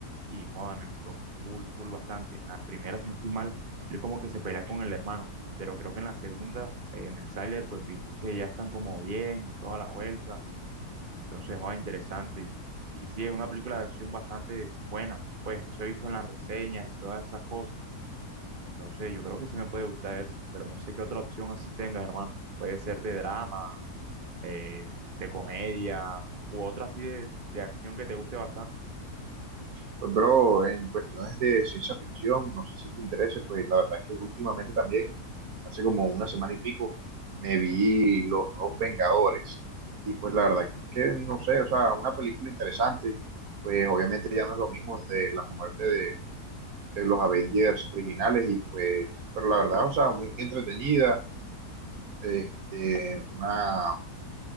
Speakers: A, on the right; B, on the right.
A: y joda, me gustó full, full bastante. En la primera, si no estoy mal, él como que se pelea con el hermano. Pero creo que en la segunda, eh, en el tráiler, pues vi que ya están como bien y toda la vuelta. Entonces, joda, interesante. Y sí, es una película de acción bastante buena. Pues eso he visto en las reseñas y todas esas cosas. Entonces, yo creo que sí me puede gustar eso, pero no sé qué otra opción así tengas, hermano. Puede ser de drama, eh, de comedia, u otra así de, de acción que te guste bastante.
B: Pues bro, en cuestiones de ciencia ficción, no sé si te interese, pues la verdad es que últimamente también, hace como una semana y pico, me vi Los Nuevos Vengadores. Y pues la verdad es que, no sé, o sea, una película interesante, pues obviamente ya no es lo mismo de la muerte de, de los Avengers originales, y pues, pero la verdad, o sea, muy entretenida, este, una,